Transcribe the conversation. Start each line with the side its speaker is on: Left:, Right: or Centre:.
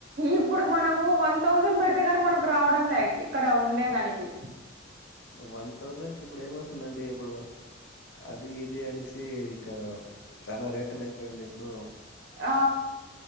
Right: ఇప్పుడు మనము వన్ థౌసండ్ పెడితే గాని మనకు రావడం లే ఇక్కడ ఉండేదానికి
Left: వన్ థౌజండ్ కి ఇప్పుడు ఎమ్ వస్తుందండి ఇప్పుడు అది ఇది అనేసి ఇక చాలా రేట్లు అయిపోయింది ఇప్పుడు
Right: ఆ